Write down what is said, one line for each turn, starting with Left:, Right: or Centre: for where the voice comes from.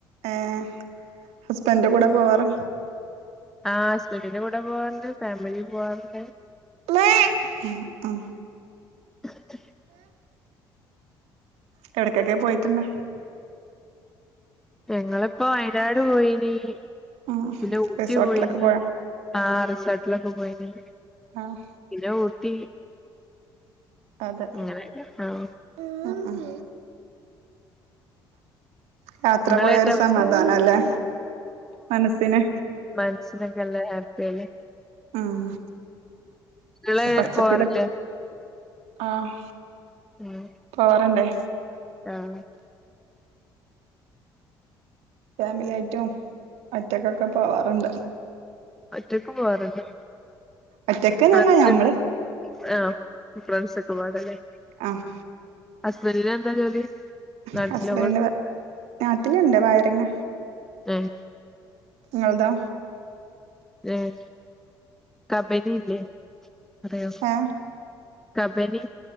Right: ഏഹ് ഹസ്ബന്റെ കൂടെ പോവാറ്
Centre: ആഹ് ഹസ്ബൻന്റിന്റെ കൂടെപോവാറുണ്ട് ഫാമിലി പോവാറുണ്ട്
Right: അഹ് ആഹ്
Centre: <unintelligible>
Right: എവിടക്കെക്കെ പോയിട്ട്ണ്ട
Centre: ഞങ്ങള്പ്പോ വയനാട് പോയീനി
Right: ഉം
Centre: പിന്നെ ഊട്ടി
Right: റിസോർട്ടിലൊക്കെ
Centre: പോയീനി.
Right: പോയോ
Centre: ആഹ് റിസോട്ടിലൊക്കെ പോയിനി
Right: ആഹ്
Centre: പിന്ന ഊട്ടി
Right: അതെ
Centre: അങ്ങനെയൊക്കെ ആഹ്
Right: ഉം. യാത്ര
Centre: നിങ്ങളേട്ടാ
Right: പോയ ഒരു സമാധാനാലേ മനസ്സിന്
Centre: മനസ്സിനൊക്കെല്ലെ ഹാപ്പി അല്ലേ
Right: ഉം
Centre: നിങ്ങള്
Right: പച്ചപ്പില്
Centre: പോവാറില്ലേ
Right: ആഹ്
Centre: ഉം
Right: പൊവറണ്ടേ
Centre: ആഹ്
Right: ഫാമിലിയായിറ്റും ഒറ്റക്കൊക്കെ പോവാറ്ണ്ട്.
Centre: ഒറ്റക്ക് പോവാറ്ണ്ടോ
Right: ഒറ്റക്ക്ന്നല്ല
Centre: പരിസൻ
Right: ഞമ്മള്
Centre: ആഹ് ഫ്രൻഡ്‌സൊക്കെപ്പാടെലേ
Right: ആഹ്
Centre: അസ്ബന്റിനെന്താ ജോലി നാട്ടിലോ
Right: ഹസ്ബൻഡിന്റെ വ നാട്ടില്ണ്ട് വയറിങ്ങ.
Centre: ഉം
Right: ഇങ്ങള് തോ.
Centre: ഏഹ് കബനില്ലേ അറിയോ
Right: ഏഹ്
Centre: കബനി